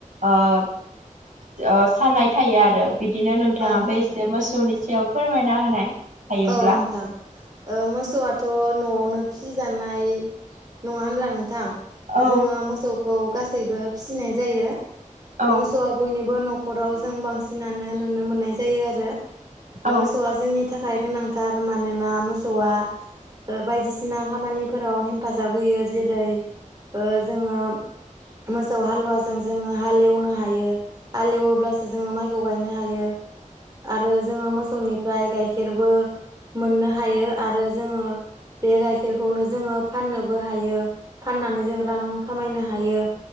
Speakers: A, on the right; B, on the right.
A: ओ-ओ-साननाय थायो आरो। बिदिनो नोंथाङाबो
B: औ नोंथां
A: एसे मोसौनि सायाव फोरमायना होनाय हायोब्ला
B: औ नोंथां। मोसौआथ नआवनो फिसिजानाय नङा होनब्ला नोंथां।
A: औ
B: जोङो मोसौखौ गासैबो फिसिनाय जायो।
A: औ
B: मोसौआ बयनिबो नखराव जों बांसिनानो नुनो मोननाय जायो आरो।
A: औ
B: मोसौआ जोंनि थाखाय गोनांथार मानोना मोसौआ। बायदिसिना खामानिफोराव हेफाजाब होयो जेरै औ-जोङो। मोसौ हालुवाजों जोङो हालेवनो हायो। हालेवोब्लासो जोङो माइखौ गायनो हायो आरो जोङो मोसौनिफ्राय गायखेर खेरबो मोननो हायो आरो जोङो। बे गाइखेरखौनो जोङो फाननोबो हायो फाननानै जों रां खामायनो हायो।